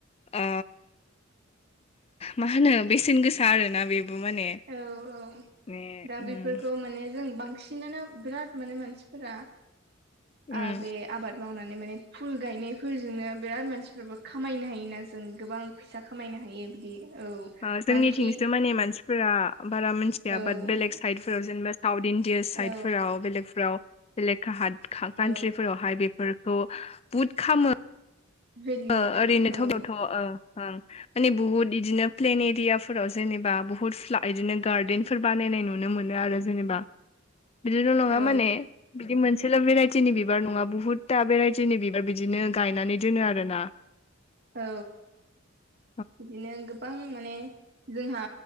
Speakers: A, on the left; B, on the right.
A: ओ मा होनो बेसेन गोसा आरोना बेबो माने <inaudible>
B: औ औ दा
A: उम
B: बेफोरखौ माने जों बांसिनानो बिराद माने मानसिफोरा
A: उम
B: आ बे आबाद मावनानै माने फुल गायनायफोरजोंनो बिराद मानसिफोराबो खामायनो हायोना जों गोबां फैसा खामायनो हायो बिदि औ
A: ओ जोंनिथिंसो
B: मानखि
A: माने मानसिफोरा बारा मिथिया
B: औ
A: बाट बेलेग साइडफोराव जेनेबा साउथ इन साइद
B: औ
A: फोराव बेलेकफोराव बेलेग का-कान्ट्रिफोरावहाय
B: औ
A: बेफोर खौ बुद खामो
B: भेलिउ
A: ओ
B: गोनां
A: ओरैनो थबावथ'
B: औ
A: ओ ओं माने बुहुत इदिनो प्लेन एरियाफोराव जेनेबा बुहुत <unintelligible> इदिनो गार्देन फोर बानायनाय नुनो मोनो आरो जेनेबा बिदिल' नङा
B: औ
A: माने बिदि मोनसेल' भेराइटिनि बिबार नङा बहुतथा भेराइटिनि बिबार बिदिनो गायनानै दोनो आरो। ना
B: औ
A: औ <unintelligible>
B: बिदिनो गोबां माने जोंहा